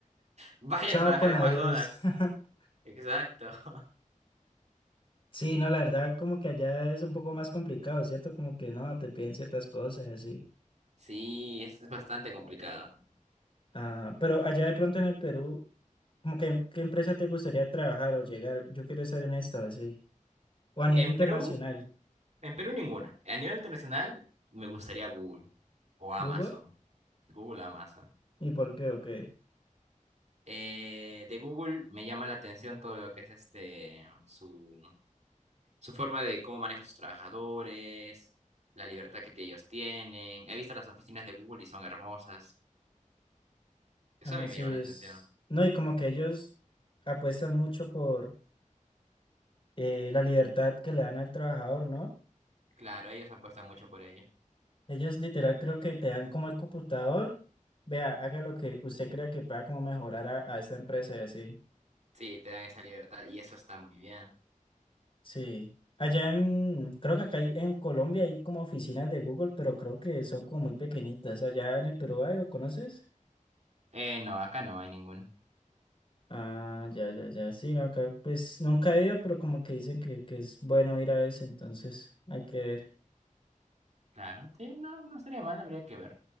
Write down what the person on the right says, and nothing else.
vaya
a trabajar
en
McDonald's.
Exacto. <laughs>
Sí, es es bastante complicado.
En
Perú, en Perú ninguna. A nivel internacional, me gustaría Google o Amazon.
Google, Amazon.
eh, de Google me llama la atención todo lo que es este su, su forma de cómo maneja a sus trabajadores, la libertad que ellos tienen. He visto las oficinas de Google y son hermosas. Eso
a mí
me llama la
atención.
Claro, ellos apuestan mucho por ello.
Sí, te dan esa libertad y eso está muy bien.
Eh, no, acá no hay ninguno.
Claro, sí, no, no estaría mal, habría que ver.